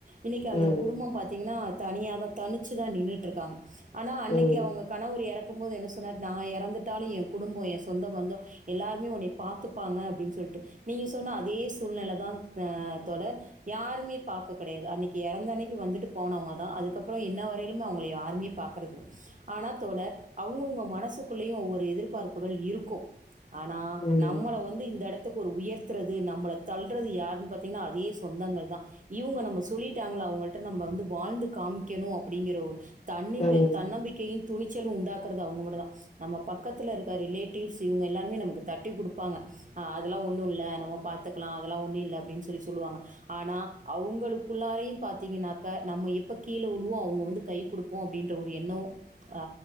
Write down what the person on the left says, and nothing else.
ம்
ம்
ம்
ம்